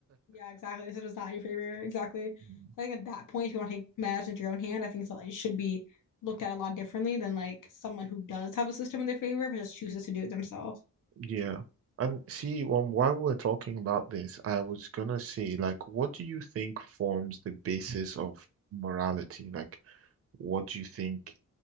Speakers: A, on the left; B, on the right.
A: Yeah, exactly. So it's not in your favor. Exactly.
B: Mm.
A: So I think at that point, if you want to take matters into your own hand, I think so, it should be looked at a lot differently than like someone who does have the system in their favor but just chooses to do it themselves.
B: Yeah. And see, um, while we're talking about this, I was gonna say, like, what do you think forms the basis of morality? Like, what do you think